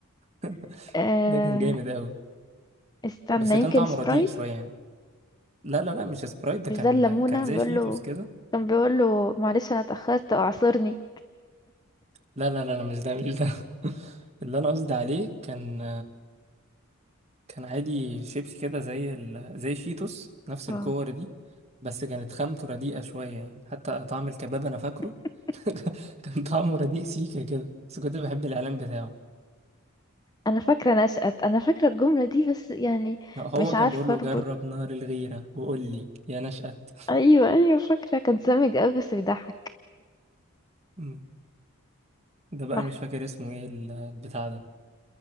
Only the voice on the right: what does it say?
<laughs>
ده كان جامد قوي
بس كان
طعمه
رديء شويه يعني لا لا لا مش سبرايت ده
كان
كان زي
شيتوس
كده
لا لا لا لا مش ده مش ده <laughs> اللي انا قصدي عليه كان كان عادي شيبسي كده زي ال... زي شيتوس نفس
الكور دي بس كانت خامته رديئه شويه يعني حتى طعم الكباب انا فاكره
<laughs> كان طعمه رديء سيكا كده بس كنت بحب الاعلان بتاعه
هو
كان بيقول له
جرب نار الغيره وقول لي يا نشأت
<laughs> ده بقى
مش فاكر اسمه ايه ال- البتاع ده